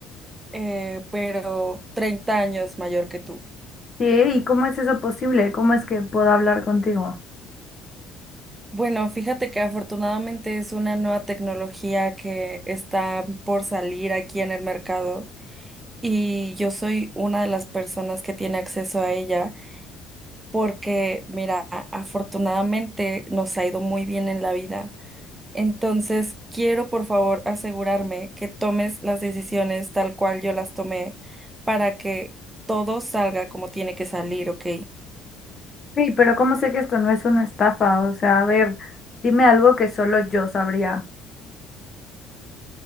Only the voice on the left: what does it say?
¿Qué? ¿Y cómo es eso posible? ¿Cómo es que puedo hablar contigo?
Sí, pero ¿cómo sé que esto no es una estafa? O sea, a ver, dime algo que solo yo sabría.